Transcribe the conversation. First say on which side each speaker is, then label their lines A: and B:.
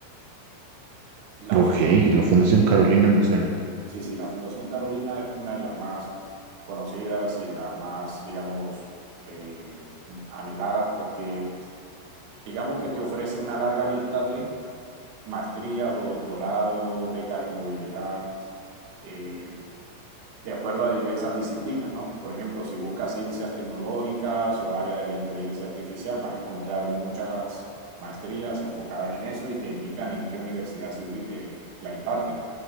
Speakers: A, on the right; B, on the right.
A: La,
B: Ok,
A: fun-
B: la Fundación
A: sí,
B: Carolina me suena.
A: Sí, sí, la Fundación Carolina es una de las más conocidas y las más, digamos, eh, anheladas porque, digamos que te ofrece una larga lista de maestrías o doctorado, becas de movilidad, eh, de acuerdo a diversas disciplinas, ¿no? Por ejemplo, si buscas ciencias tecnológicas o área de la inteligencia artificial, vas a encontrar muchas maestrías enfocadas en eso y te indican en qué universidad se, ubi- eh, la imparten.